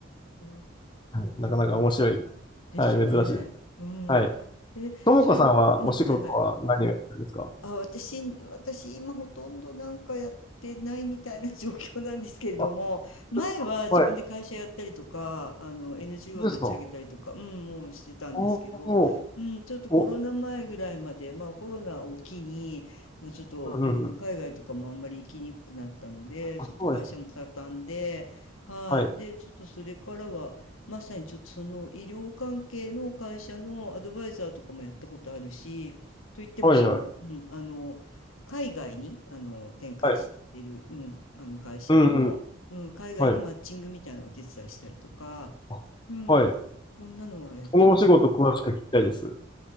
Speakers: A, on the left; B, on the left.
A: え。
B: はい、なかなか面白い。
A: いやー、ですね。
B: はい、珍しいです。
A: うん。
B: はい。
A: え、
B: ともこさんはお仕事は何をやってるんですか
A: それうん、はいはい。あ、私、私今ほとんどなんかやってないみたいな <laughs> 状況なんですけれども、
B: あ、
A: 前は自分で会社やったりとか、
B: そうですかはい。
A: あの NGO
B: そうですか。
A: を立ち上げたりとか、うん、もうしてたんですけど、
B: おーおー、
A: うん、ちょっとコロナ前ぐらいまで、
B: お、
A: まあコロナを機に、まあ、ちょっと、
B: うんうんうん。
A: うん、海外とかもあんまり行きにくくなったので、
B: あ、
A: ちょっと会社も畳んで、
B: そうですね。
A: はい。
B: はい。
A: で、ちょっとそれからは、まさにちょっとその医療関係の会社のアドバイザーとかもやったことあるし、といってもその、
B: はいはい。
A: うん、あの海外にあの展開してる、
B: はい。
A: うん、あの会社の、
B: うんうん。
A: うん、海外のマッチングみたいなのをお手伝いしたりとか、
B: はい。あはい。
A: うん、そんなのはやってました。
B: そのお仕事詳しく聞きたいです。